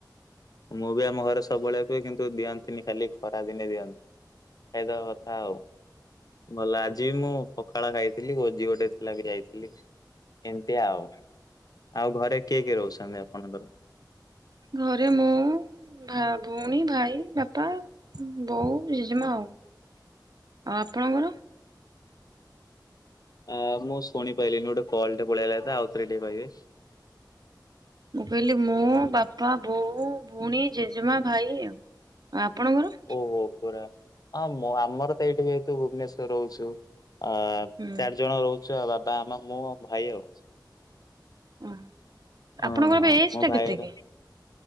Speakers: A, on the left; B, on the right.
A: ମୁଁ ବି ଆମ ଘରେ ସବୁବେଳେ କୁହେ କିନ୍ତୁ ଦିଅନ୍ତିନି ଖାଲି ଖରା ଦିନେ ଦିଅନ୍ତି ଖାଇଦବା କଥା ଆଉ ଭଲ ଆଜି ବି ମୁଁ ପଖାଳ ଖାଇଥିଲି ଭୋଜି ଗୋଟେ ଥିଲା ବି ଯାଇଥିଲି। ଏମିତି ଆଉ ଆଉ ଘରେ କିଏ କିଏ ରହୁଛନ୍ତି ଆପଣଙ୍କର
B: ଘରେ ମୁଁ ଭା ଭଉଣୀ, ଭାଇ, ବାପା, ବୋଉ, ଜେଜେମାଁ ଆଉ ଆଉ ଆପଣଙ୍କର?
A: ଅ ମୁଁ ଶୁଣି ପାଇଲିନି ଗୋଟେ କଲ୍ ଟେ ପଳେଇ ଆଇଲା ତ ଆଉ ଥରେ ଟିକେ କହିବେ
B: ମୁଁ କଇଲି ମୁଁ ବାପା ବୋଉ ଭଉଣୀ, ଜେଜେମା, ଭାଇ ଆ ଆପଣଙ୍କର?
A: ଓ ପୁରା ଅ ମୁଁ ଆମର ତ ଏଇଠି ଯେହେତୁ ଭୁବନେଶ୍ୱରରେ ରହୁଛୁ ଆଁ
B: ହୁଁ
A: ଚାରି ଜଣ ରହୁଛୁ ଚୁ ଆଉ ବାପା ଆମ ମୁଁ ଭାଇ ଆଉ
B: ଆଃ
A: ଅ
B: ଆପଣଙ୍କୁ ଏବେ ଏଜ୍
A: ମୋ
B: ଟା
A: ଭାଇର
B: କେତେ କି?